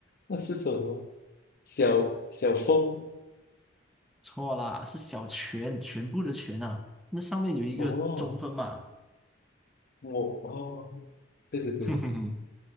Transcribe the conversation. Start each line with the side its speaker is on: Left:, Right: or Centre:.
Left: 那是什么？小小峰
Centre: 错啦，是小全，全部的全啊，那上面有一个中分嘛，
Left: 哦，我哦，对对对，
Centre: <laughs>